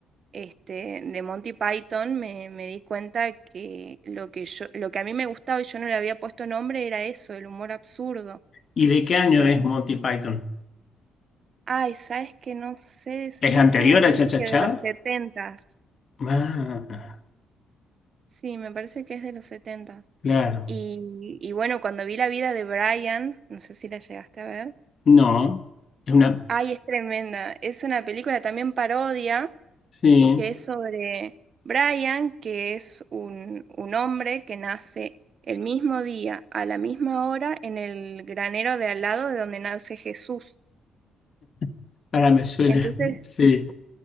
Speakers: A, on the right; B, on the left.
A: este, de Monty Python, me, me di cuenta que lo que yo, lo que a mí me gustaba y yo no le había puesto nombre era eso, el humor absurdo.
B: ¿Y de qué año
A: Eh,
B: es Monty Python?
A: ay, sabes que no sé
B: ¿Es
A: decirte,
B: anterior
A: me parece
B: a Cha Cha
A: que
B: Cha?
A: de los setentas.
B: Ah,
A: Sí, me parece que es de los setentas.
B: claro.
A: Y, y bueno, cuando vi la vida de Brian, no sé si la llegaste a ver.
B: No, es una...
A: Ay, es tremenda. Es una película también parodia
B: Sí,
A: que es sobre Brian, que es un, un hombre que nace el mismo día, a la misma hora, en el granero de al lado de donde nace Jesús.
B: <laughs> ahora me suena.
A: Entonces
B: Sí.